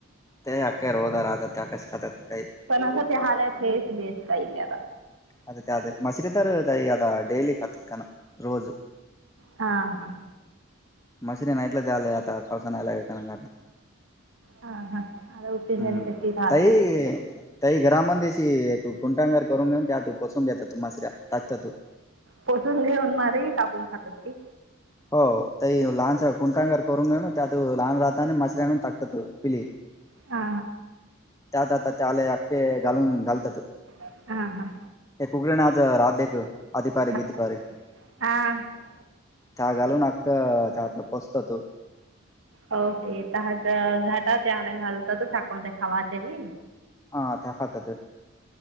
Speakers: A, on the left; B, on the right.
A: ते अकाक रोदार आत ते आकाश काात
B: पण असं ते हालत हेच बेस काही ए
A: अ ते अ मसरीदार अ डडेली का खतात काना रोजू
B: हा हा
A: मशीिरीन ईटला चचाले आता कळसा नाहीय लाग कान कात
B: हा हा आता उपी झाली
A: हम्
B: तशी राहतात
A: तही तही घ्र मंदीशी त कुंटांगार करून घेऊन त्यात पसून घेतात त मासऱ्या टाकतात तू
B: पसून घेऊन मार काापून खातात की
A: हो ते लहानच कुंटांगर करून घे ना त्यात लहान मसऱ्यान टाकत्यात पिली.
B: हा
A: त्यात आता त्याले अख्खे घालून घाल..
B: हा हा हा
A: कुक नाद राधे फिल्म. आधीपार
B: हा
A: किती पार
B: हा
A: घालूूनक पोसतो तो.
B: हो ते त आहेच. घाटा ते घाल त्यात सा कोणते खावा करी.
A: हा त्या खातात